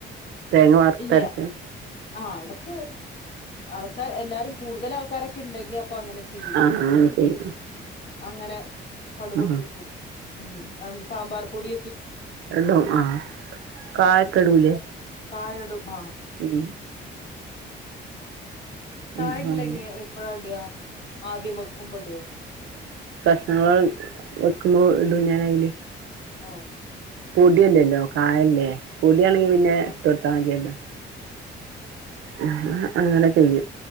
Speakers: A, on the right; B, on the left.
A: തേങ്ങ വറത്തരക്കണ്
B: ഇല്ല ആ ഇതൊക്കെ അൾക്കാ എല്ലാരും കൂടുതൽ ആൾക്കാരെ ഇണ്ടെങ്കി അപ്പൊ അങ്ങനെ ചെയ്യും
A: ആഹ് അങ്ങനെ
B: ഇല്ലെങ്കി
A: ചെയ്യും
B: അങ്ങനെ കടുപൊട്ടിക്കും
A: ആഹ്
B: ഉം അ <unintelligible> സാമ്പാർ പൊടി
A: എന്തോ ആ കായക്കിടൂല്ലേ
B: ആ ഇടും ആ
A: ഉം
B: കായ
A: ഉം
B: ഇങ്ങള്
A: അങ്ങനെ
B: എങ്ങനെ എപ്പഴാ ഇടുക ആദ്യം വക്കുമ്പടോ
A: കഷ്ണങ്ങൾ വെക്കുമ്പോ ഇടും ഞാനതില്
B: ഓ
A: പൊടിയല്ലല്ലോ കായല്ലേ പൊടിയാണെങ്കിൽ പിന്നെ
B: ആഹ്
A: തൊട്ടാ മതിയല്ലാ ആ അങ്ങനെ ചെയ്യും